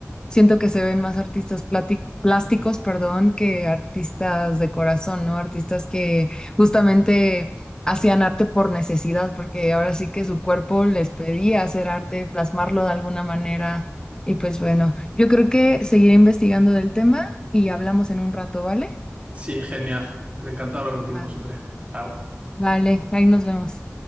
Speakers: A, on the left; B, on the right.
A: siento que se ven más artistas plati- plásticos, perdón, que artistas de corazón, ¿no? Artistas que justamente hacían arte por necesidad, porque ahora sí que su cuerpo les pedía hacer arte, plasmarlo de alguna manera. Y pues bueno, yo creo que seguiré investigando del tema y hablamos en un rato, ¿vale?
B: Sí, genial. Encantado de hablar contigo
A: Vale,
B: como siempre. Chao.
A: vale, ahí nos vemos.